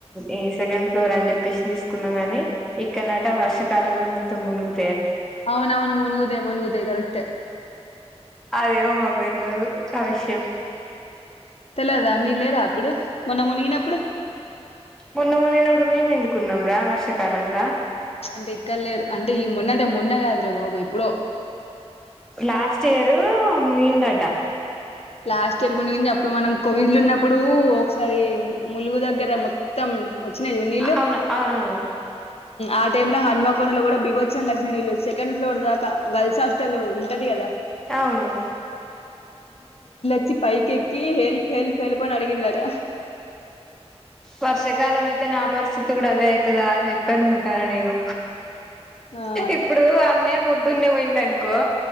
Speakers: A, in the centre; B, on the left (about 65°).
A: ఈ సెకండ్ ర్ అని చెప్పేసి తీసుకున్నా గాని ఇక్కడ నట వర్షకాలంలో మొత్తం మునుగు
B: అవునవును మునుగుతయి మునుగుతయి కరెక్టే
A: అదేమో మాకు తెల్వదు ఆవిష్యం
B: తెలదా మీరు లేరా అప్పుడు మొన్న మునిగినప్పుడు
A: మొన్న మునిగినప్పుడు మేము ఎందుకున్నాం రా వర్షాకాలంలా
B: అంటే ఇక్కడ లేరు అంటే ఈ మొన్నంటే మొన్న కాదురా బాబు ఎప్పుడో
A: లాస్ట్ ఇయరు ముీందాల్ట
B: లాస్ట్ ఇయర్ మునిగింది అప్పుడు మనం కోవిడ్లు ఉన్నప్పుడు ఒకసారి ములుగు దగ్గర మొత్తం వచ్చినా జూడు నీల్లు
A: అవును అవునవును
B: ఆ టైమ్ లో హన్మకొండలో కూడా బీభత్సం గచ్చిన నీళ్ళు సెకండ్ ఫ్లోర్ దాకా గర్ల్స్ హాస్టల్ ఉంటది కదా
A: అవును
B: చ్చ పైకేకి హెల్ప్ హెల్ప్ హేల్ప్ని అన్ని అడిగిందట
A: వర్షాకాలం అయితే నా పరిస్థితి కూడా అదే అయితదా అని చెప్పి అనుకుంటాను నేను
B: ఆ
A: ఇప్పుడు అన్నే పొద్దున్నే పోయింది అనుకో